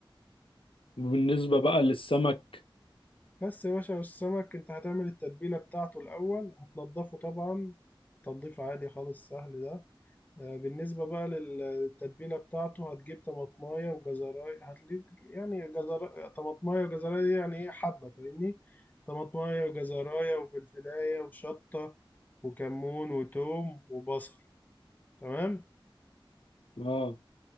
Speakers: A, on the left; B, on the left.
A: وبالنسبه بقى للسمك
B: بس يا باشا السمك انت هتعمل التتبيلة بتاعته الأول هتنضفه طبعا تنظيف عادي خالص سهل ده آه، بالنسبة بقى لل- للتتبيلة بتاعته هتجيب طماطماية وجزراية هتجيب يعني جزر طماطماية وجزراية دي يعني ايه حبة فاهمني طماطماية وجزراية وفلفلاية وشطة وكمون وتوم وبصل تمام
A: اه